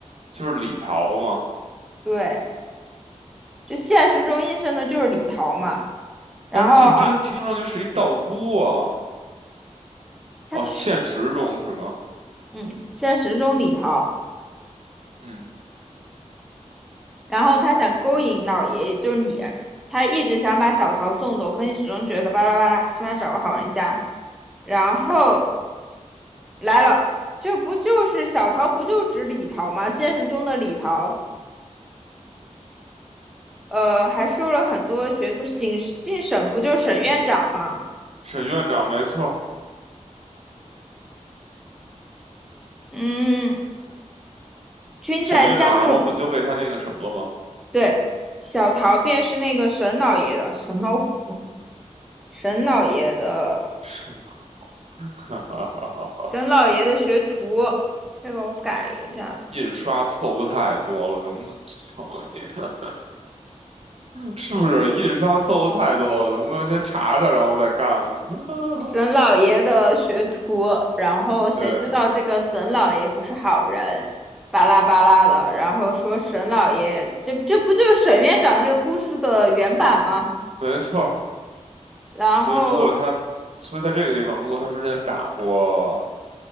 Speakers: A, on the right (about 55°); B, in the centre.
A: 就是李桃吗？
B: 对，就现实中应声的就是李桃嘛。然后二
A: 但是竞争听上去是一道姑啊。
B: 他娶，
A: 哦，现实中是吗？
B: 嗯，现实中李桃，
A: 嗯，
B: 然后他想勾引老爷爷，就是你，他一直想把小桃送走，可你始终觉得巴拉巴拉，起码找个好人家。然后来了，这不就是小桃，不就指李桃吗？现实中的李桃，呃，还收了很多学徒，省姓沈不就是沈院长吗？
A: 沈院长没错儿
B: 嗯，均在江浙。
A: 沈院长，然后不就被他那个什么了吗？
B: 对，小桃便是那个沈老爷的沈老谷，沈老爷的
A: <laughs> 哈哈哈哈
B: 沈老爷的学徒，这个我改一下，
A: 印刷错误太多了，能不能少一点？<laughs> 是不是印刷错误太多了？能不能先查查，然后再干啊？<laughs>
B: 沈老爷的学徒。然后谁知道这个沈老爷不是好人，
A: 对，
B: 巴拉巴拉的，然后说沈老爷，这不这不就是沈院长那个故事的原版吗？
A: 没错儿
B: 然后
A: 所以如果他，所以在这个地方，如果他之前打过。